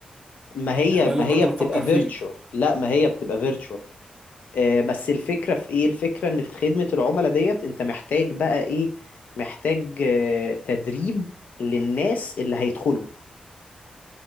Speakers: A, on the left (about 80°); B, on the right (about 15°).
A: ما هي
B: يعني ده
A: ما
B: اللي أنا
A: هي
B: كنت
A: بتبقى
B: بفكر
A: فيرتشوال
B: فيه
A: لا ما هي بتبقى فيرتشوال آه، بس الفكرة في ايه الفكرة ان في خدمة العملاء ديت انت محتاج بقى ايه محتاج آه، تدريب للناس اللي هيدخلوا